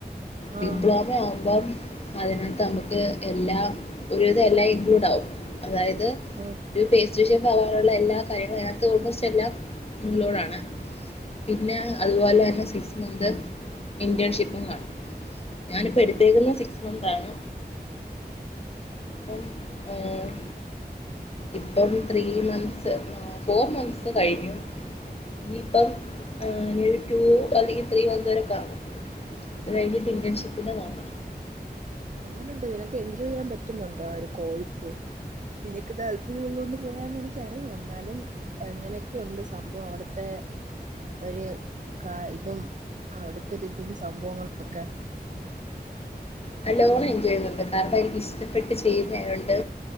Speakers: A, on the right (about 50°); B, on the left (about 35°).
A: ആഹ്
B: ഡിപ്ലോമാവുമ്പം അതിനകത്ത് നമക്ക് എല്ലാം ഒരുവിധം എല്ലാം ഇൻക്ലൂഡാകും അതായത്
A: ആഹ്
B: ഒരു പേസ്റ്റ്രിഷെഫ്വാവാനുള്ള എല്ലാ കാര്യങ്ങളും അയിനകത്ത് ഓൾമോസ്റ്റെല്ലാം ഇൻക്ലോഡാണ് പിന്നെ അതുപോലെന്നെ സിക്സ് മന്ത് ഇന്റേണ്ഷിപ്പും കാണും ഞാനിപ്പ എടുത്തേക്കുന്ന് സിക്സ്മന്താണ് പ്പം ആഹ് ഇപ്പം ത്രീമന്ത്സ് ആ ഫോർമന്ത്സ് കഴിഞ്ഞു ഇനിയിപ്പം ഏഹ് നിയൊരു റ്റൂ അല്ലെങ്കി ത്രീമന്ത് വരെ കാണും അത് കഴിഞ്ഞിട്ട് ഇന്റേൺഷിപ്പിന്റെതാണ്.
A: എങ്ങനുണ്ട് ഇതിനൊക്കെ എൻജോയയ്യാൻ പറ്റുന്നുണ്ടോ ആ ഒരു കോഴ്സ് നിനിക്ക് താല്പര്യംള്ളോണ്ട് പോയാന്ന് എനിക്കറിയാം ന്നാലും എങ്ങനെയൊക്കെയുണ്ട് സംഭവം അവിട്ത്തെ ഒര് കാ ഇതും അവിടത്തരുതും സംഭവങ്ങളൊക്കെ
B: നല്ലോണം എൻജോയയ്യുന്നുണ്ട് കാരണം എനിക്കിഷ്ടപ്പെട്ട് ചെയ്ന്നായോണ്ട്